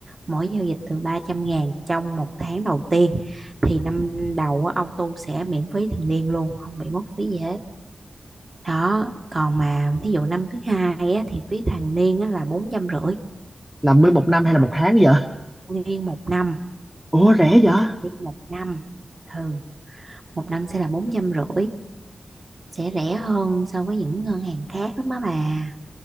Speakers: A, on the right; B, in the centre.
A: mỗi giao dịch từ 300 ngàn trong một tháng đầu tiên thì năm đầu á, ông tu sẽ miễn phí thường niên luôn không bị mất phí gì hết đó còn mà thí dụ năm thứ hai á, thì phí thường niên á, là bốn trăm rưỡi
B: là mười một năm hay
A: đó
B: là một tháng vậy
A: nguyên một năm
B: ủa rẻ vậy
A: phí thường niên một năm ừ một năm sẽ là bốn trăm rưỡi sẽ rẻ hơn so với những ngân hàng khác lắm á bà